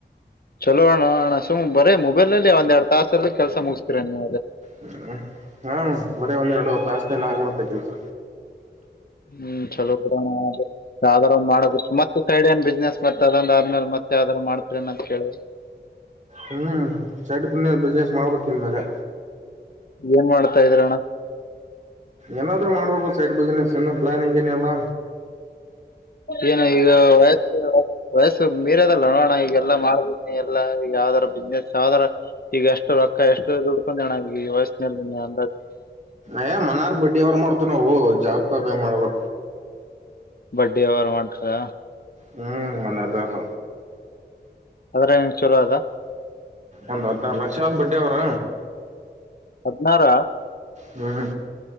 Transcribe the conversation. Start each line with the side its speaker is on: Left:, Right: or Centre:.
Left: ಚಲೋ ಅಣ್ಣ ಅಣ ಸುಮ್ರೇ ಮೊಬೈಲ್ಲ್ಲಿ ಒಂದ ಎರಡ್ ತಾಸಲ್ಲಿ ಕೆಸ ಮುಗ್ತೀರ ನೀ
Right: ಹ್ಮ್ ಹ್ಮ ಬರೀ ಒಂದ್ರಡು ತಾಸ್ತೇಲ್ಲ ಆಗ್ಬಡ್ತ್ತೆ ಕೆಲ್ಸ
Left: ಹ್ಮ್ ಚಲೋ ಕರೋ ಯಾವುದರ ಮಾಡೋಗೋ ಮತ್ತ ಸೈಡ್ ನ್ ಬಿಸ್ನೆಸ್ ಮತ್ತೆ ಅದ್ ಆದ್ಮೇಲೆ ಮತ್ತ ಯಾವ್ದಾರರು ಮಾಡ್ತರಿನ ಅಂತ ಕೇಳಿ
Right: ಹ್ಮ್ ಸಡ್ ಪುಣ ಬಿಸ್ನೆಸ್ ಮಾಡ್ಬೇಕಕ್ನ್ ಇನ್ ಮೇಲೆ
Left: ಏನ್ ಮಾಡ್ತಾ ಇದ್ದೀರಣ್ಣ
Right: ಏನಾದ್ರು ಮಾಡ್ಬೇಕು ಸೈಡ್ ಬಿಸ್ನೆಸ್ ಏನು ಪ್ಲಾನಿಂಗ್ ಏನಲ್ಲಾ
Left: ಏನು ಈಗ ವಯಸ್ಸು ವಯಸ್ಸು ಮೀರದಲ್ಲ ನೋಡೋಣ ಈಗ ಎಲ್ಲ ಮಾಡ್ಬೇಕನ ಎಲ್ಲಾ ಈಗ ಯಾವ್ದಾರ ಬಿಸ್ನೆಸ್ ಯಾವದಾರ ಈಗ ಎಷ್ಟು ರೊಕ್ಕ ಎಷ್ಟು ದುಡ್ಕೊಂಡೋಣ ಪ್ರಶ್ನೆಲ್ಲಿ ನೀ ಅ
Right: ಏ ಮನಾರ್ ಬಡ್ಡಿ ಅವರ ಮಾಡ್ತ ನಾವು ಜಾಬ್ ಮಾಡ್ರ
Left: ಬಡ್ಡ ಅವರ್ ಮಾಡ್ತಾರ
Right: ಹ್ಮ್ ಮನ್ನದರ
Left: ಅದ್ರ ನು ಚಲೋ ಅದಾ
Right: ಒಂದ್ ಹದ್ನಾರು ಲಕ್ಷ ಆದ ಬಡ್ಡ ಅವರ
Left: ಹದಿನಾರ
Right: ಹ್ಮ್